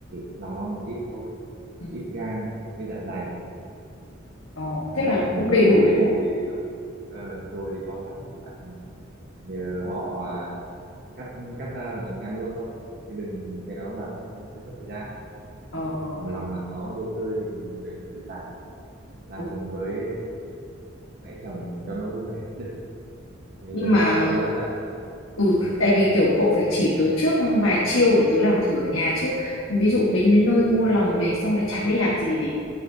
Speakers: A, on the right (about 50°); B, on the left (about 85°).
A: lòng non một ít thôi một
B: ừ.
A: ít gan với dạ dày
B: Ồ,
A: đấy
B: thế là
A: còn
B: cũng đầy
A: dồi
B: đủ đấy nhỉ?
A: thì nếu ờ, dồi thì có sẵn thì bạn nhờ họ à, cắt cắt ra là mình ăn luôn thôi chứ đừng cái đó làm hơi, hơi mất thời gian
B: Ờ, ờ.
A: còn lòng mà có đồ tươi thì mình về mình tự làm làm
B: ừ.
A: cùng với mẹ chồng cho nó vui vẻ được thì
B: Nhưng mà
A: làm lòng đơn giản thôi mà
B: Ừ, tại vì kiểu cậu phải chỉ tớ trước vài chiêu để tớ làm thử ở nhà chứ. Ví dụ đến đến nơi mua lòng về xong lại chả biết làm gì để